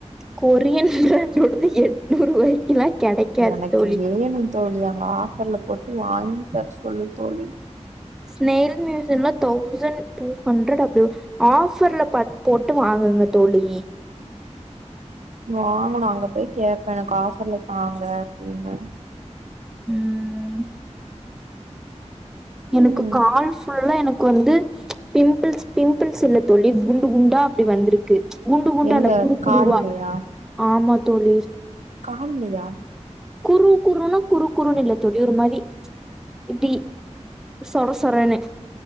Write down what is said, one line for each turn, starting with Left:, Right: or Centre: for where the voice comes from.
Centre: கொரியன் ப்ராண்டோடது எட்நூறுவாய்க்கில்லா கெடைக்காது
Right: எனக்கு
Centre: தோழி
Right: வேணு தோழி அங்க ஆஃபர்ல போட்டு வாங்கி தர சொல்லு தோழி
Centre: ஸ்னெய்ல் ம்யூசியன்ல தௌசண் டூ ஹண்ரடு அப்டி ஒ ஆஃபர்ல பாத் போட்டு வாங்குங்க தோழி.
Right: வாங்கணு அங்க போய் கேப்பே எனக் ஆஃபர்ல தாங்க அப்டினு.
Centre: ம் எனக்கு
Right: ம்
Centre: கால் ஃபுல்லா எனக் க்கு வந்து பிம்பிள்ஸ் பிம்பிள்ஸ் இல்ல தோழி குண்டு குண்டா அப்டி வந்துருக்கு. குண்டு குண்டா
Right: எங்க
Centre: இல்ல குறு குறுவா
Right: கால்லயா
Centre: ஆமா தோழி.
Right: கால்லயா?
Centre: குறு குறுனா குறு குறுனு இல்லத் தோழி ஒரு மாதி இப்டி சொர சொரணு.